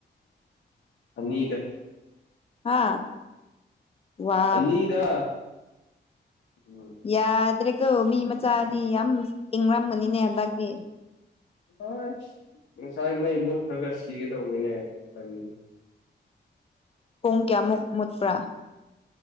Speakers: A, on the left; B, on the left.
A: ꯃꯤꯗ
B: ꯑꯥ ꯋꯥ
A: ꯑꯅꯤꯗ ꯎꯝ
B: ꯌꯥꯗ꯭ꯔꯦꯀꯣ ꯃꯤ ꯃꯆꯥꯗꯤ ꯌꯥꯝ ꯏꯪꯔꯝꯒꯅꯤꯅꯦ ꯍꯟꯗꯛꯇꯤ
A: ꯍꯣꯏ ꯉꯁꯥꯏ ꯃꯩ ꯃꯨꯠꯈ꯭ꯔꯒ ꯁꯤꯒꯦ ꯇꯧꯕꯅꯦ ꯀꯔꯤ
B: ꯄꯨꯡ ꯀꯌꯥꯃꯨꯛ ꯃꯨꯠꯄ꯭ꯔꯥ